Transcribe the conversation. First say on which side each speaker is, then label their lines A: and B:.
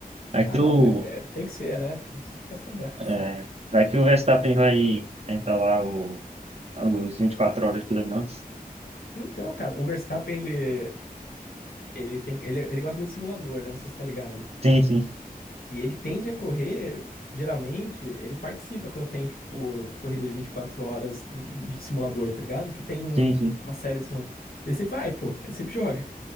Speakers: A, on the right; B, on the left.
A: Vai que
B: Ah não,
A: o,
B: é- é- tem que ser, né, pô, isso fica sem graça.
A: é, vai que o Verstappen vai tentar lá o, os 24 horas do Le Mans.
B: Então, cara, o Verstappen, ele, ele tem, ele, ele gosta muito de simulador, né, não sei se tá ligado.
A: Sim, sim,
B: E ele tende a correr, geralmente, ele participa quando tem, tipo, corrida de 24 horas de simulador, tá ligado? Que tem um-
A: sim, sim.
B: uma série de simulador. Ele sempre vai, pô, ele sempre joga.